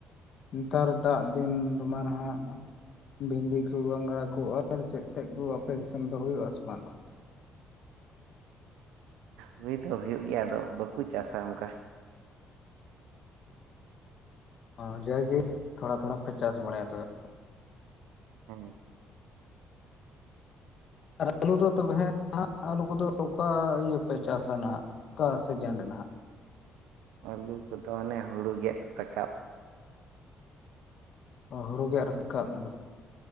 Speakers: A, on the left; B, on the right.
A: ᱱᱮᱛᱟᱨ ᱫᱟᱜ ᱫᱤᱱ ᱨᱚᱢᱟ ᱦᱟᱜ ᱵᱷᱤᱱᱰᱤ ᱠᱩ ᱜᱷᱟᱸᱜᱨᱟ ᱠᱚ ᱟᱨ ᱪᱮᱫ ᱛᱮᱫ ᱠᱚ ᱚᱯᱮ ᱫᱤᱥᱚᱢ ᱫᱚ ᱦᱩᱭᱩᱜᱼᱟ ᱥᱮ ᱵᱟᱝ
B: ᱦᱩᱭ ᱫᱚ ᱦᱩᱭᱩᱜ ᱜᱮᱭᱟ ᱟᱫᱚ ᱵᱟᱠᱚ ᱪᱟᱥᱟ ᱚᱱᱠᱟ
A: ᱚ ᱡᱟᱣᱜᱮ ᱛᱷᱚᱲᱟ ᱛᱷᱚᱲᱟ ᱯᱮ ᱪᱟᱥ ᱵᱟᱲᱟᱭᱟ ᱛᱚᱵᱮ ᱾
B: ᱦᱮᱸᱧ
A: ᱟᱨ ᱟᱹᱞᱩ ᱫᱚ ᱛᱚᱵᱮ ᱟᱹᱞᱩ ᱠᱚᱫᱚ ᱚᱠᱟ ᱤᱭᱟᱹ ᱯᱮ ᱪᱟᱥᱟ ᱱᱟᱦᱟᱜ ᱚᱠᱟ ᱥᱤᱡᱮᱱ ᱨᱮ ᱱᱟᱦᱟᱜ
B: ᱟᱹᱞᱩ ᱠᱚᱫᱚ ᱚᱱᱮ ᱦᱩᱲᱩ ᱜᱮᱫ ᱨᱟᱠᱟᱵ
A: ᱚ ᱦᱩᱲᱩ ᱜᱮᱫ ᱨᱟᱠᱟᱵ <unintelligible>